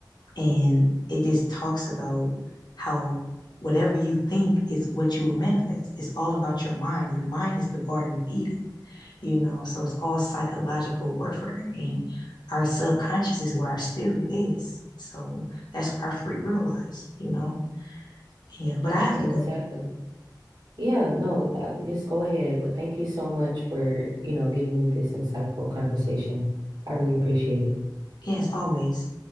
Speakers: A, on the left; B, on the right.
A: And
B: Mhm.
A: it just talks about how whatever you think is what you will manifest. It's all about your mind. Your mind is the Garden of Eden, you know? So it's all psychological warfare. And our subconscious is where our spirit is. So that's where our free will lies, you know? Yeah, but I have
B: Exactly.
A: to go.
B: Yeah, no, I, just go ahead. But thank you so much for, you know, giving me this insightful conversation. I really appreciate it.
A: Yes, always.